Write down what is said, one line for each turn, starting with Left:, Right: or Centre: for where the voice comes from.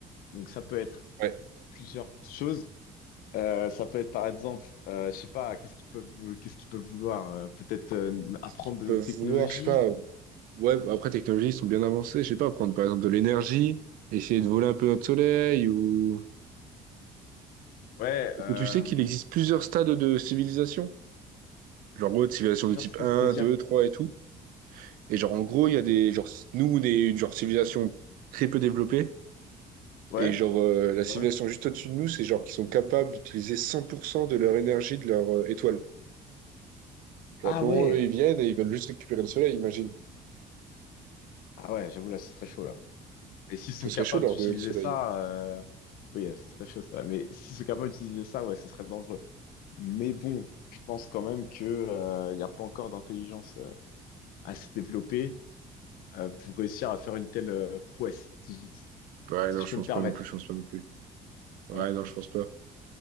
Left: Donc, ça peut être
Right: Ouais.
Left: plusieurs choses. Euh, ça peut être par exemple, euh, je sais pas, qu'est-ce qu'ils peuvent, vou- qu'est-ce qu'ils peuvent vouloir? euh, peut-être euh, apprendre
Right: Est-ce qu'ils peuvent
Left: de notre technologie.
Right: vouloir, je sais pas. Ouais, après, technologie, ils sont bien avancés. Je sais pas, prendre par exemple de l'énergie, essayer de voler un peu notre soleil ou.
Left: Ouais,
Right: Parce
Left: euh,
Right: que tu sais qu'il existe plusieurs stades de civilisation. Genre, en gros, civilisation
Left: plusieurs
Right: de type
Left: tests,
Right: un
Left: c'est-à-dire?
Right: 2 3 et tout. Et genre, en gros, il y a des, genre, nous, on est une genre civilisation très peu développée.
Left: Ouais,
Right: Et genre, euh, la civilisation
Left: ouais.
Right: juste au-dessus de nous, c'est genre qu'ils sont capables d'utiliser 100% de leur énergie de leur euh, étoile. Genre,
Left: Ah
Right: à tout
Left: ouais,
Right: moment, eux, ils viennent et ils veulent juste récupérer le soleil, imagine.
Left: ah ouais, j'avoue là, ce serait chaud là. Et s'ils sont
Right: Ce serait
Left: capables
Right: chaud de leur
Left: d'utiliser
Right: donner le soleil.
Left: ça, euh, oui, euh, ce serait chaud ça. Mais s'ils sont capables d'utiliser ça, ouais, ce serait dangereux. Mais bon, je pense quand même que euh, il n'y a pas encore d'intelligence euh, assez développée euh, pour réussir à faire une telle euh, prouesse, si, je
Right: Ouais,
Left: si
Right: non,
Left: je
Right: je
Left: peux
Right: pense
Left: me permettre.
Right: pas non plus, je pense pas non plus. Ouais,
Left: Voilà.
Right: non, je pense pas.